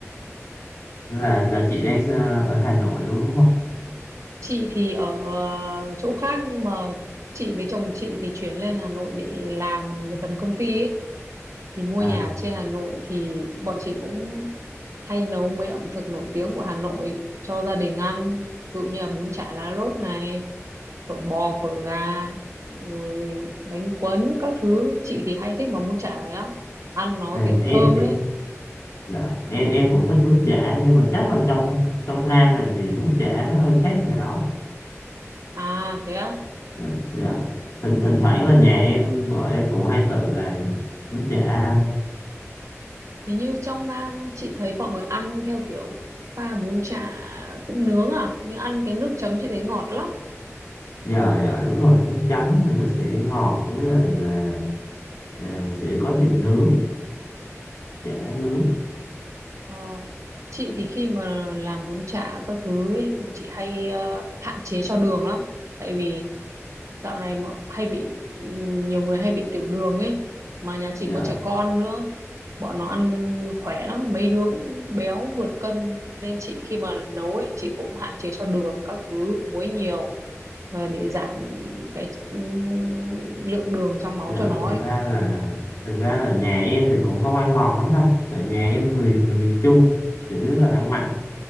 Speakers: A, on the left; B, on the right.
A: là là chị đang ờ, ở Hà Nội luôn đúng không
B: Chị thì ở ờ, chỗ khác nhưng mà chị với chồng chị thì chuyển lên Hà Nội để làm việc gần công ty ấy. thì mua
A: à,
B: nhà ở trên Hà Nội thì bọn chị cũng hay nấu mấy ẩm thực nổi tiếng của Hà Nội cho gia đình ăn ví dụ như là bún chả lá lốt này phở bò phở gà rồi bánh cuốn các thứ chị thì hay thích mà bún chả này lắm ăn nó
A: à
B: kiểu
A: em
B: thơm
A: em
B: ấy
A: dạ em em cũng thích bún chả nhưng mà chắc là trong trong Nam này thì bún chả nó hơi khác ngoài đó
B: à thế á
A: À, Dạ. Thỉnh, thỉnh thoảng là nhà em vợ em cũng hay tự làm bún chả ăn
B: hình như trong Nam chị thấy mọi người ăn theo kiểu pha bún chả cũng nướng à nhưng ăn cái nước chấm chị thấy ngọt lắm
A: dạ dạ đúng rồi nước chấm thì nó sẽ ngọt với lại là à, sẽ có thịt nướng chả nướng
B: Ờ, chị thì khi mà làm bún chả các thứ ấy, chị hay ờ, hạn chế cho đường lắm tại vì dạo này mà hay bị ừm, nhiều người hay bị tiểu đường ấy mà nhà chị
A: dạ
B: có trẻ con nữa bọn nó ăn khỏe lắm mấy đứa cũng béo vượt cân nên chị khi mà nấu ấy chị cũng hạn chế cho đường các thứ muối nhiều ờ, để giảm cái ừm, lượng đường trong máu
A: dạ
B: cho nó
A: thực
B: ấy.
A: ra là thực ra là nhà em thì cũng không ăn ngọt lắm đâu tại nhà em người người miền Trung chủ yếu là ăn mặn